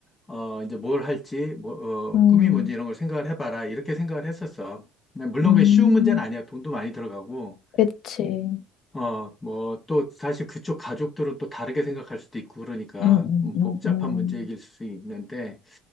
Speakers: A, on the left (about 25°); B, on the left (about 65°).
A: 어 이제 뭘 할지 뭐
B: 음,
A: 어, 꿈이 뭔지 이런 걸 생각을 해봐라. 이렇게 생각을 했었어. 근데 물론
B: 음,
A: 그게 쉬운 문제는 아니야. 돈도 많이 들어가고.
B: 그치,
A: 어, 뭐, 또, 사실 그쪽 가족들은 또 다르게 생각할 수도 있고, 그러니까,
B: 음,
A: 음,
B: 음,
A: 복잡한
B: 음,
A: 문제일 수 있는데,